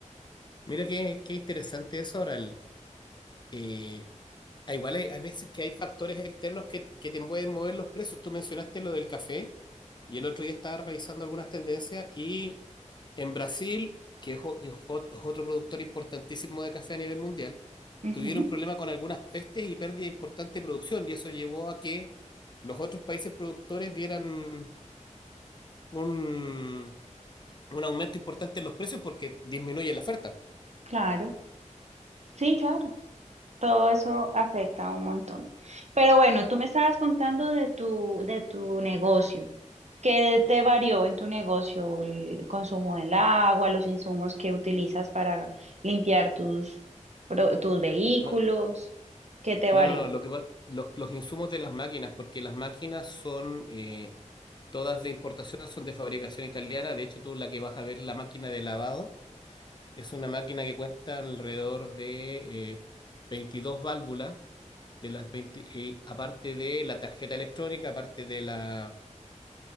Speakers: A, on the left; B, on the right.
A: Mira qué, qué interesante eso ahora. el- eh, ah, igual hay, hay veces que hay factores externos que, que te pueden mover los precios. Tú mencionaste lo del café y el otro día estaba revisando algunas tendencias y en Brasil, que es o- es o- es otro productor importantísimo de café a nivel mundial,
B: Ujú,
A: tuvieron problema con algunas pestes y pérdida de importante producción, y eso llevó a que los otros países productores vieran un, un aumento importante en los precios porque disminuye la oferta.
B: claro, sí, claro. Todo eso afecta un montón. Pero bueno, tú me estabas contando de tu, de tu negocio. ¿Qué te varió en tu negocio? El consumo del agua, los insumos que utilizas para limpiar tus, pro- tus vehículos.
A: No,
B: ¿Qué te
A: no,
B: varió?
A: no, no, lo que pasa- los, los insumos de las máquinas, porque las máquinas son eh, todas de importación, son de fabricación italiana. De hecho, tú la que vas a ver, la máquina de lavado, es una máquina que cuesta alrededor de eh, 22 válvulas, de las 20 eh, aparte de la tarjeta electrónica, aparte de la